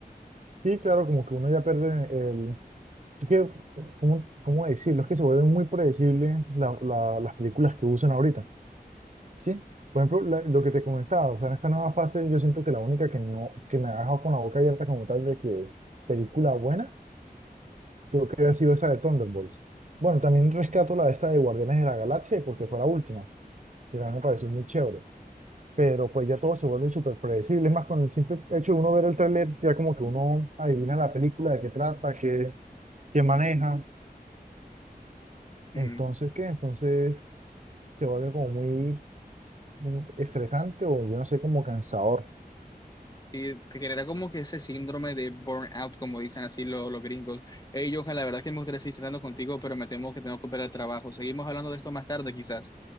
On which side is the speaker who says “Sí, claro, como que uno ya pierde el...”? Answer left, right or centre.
Right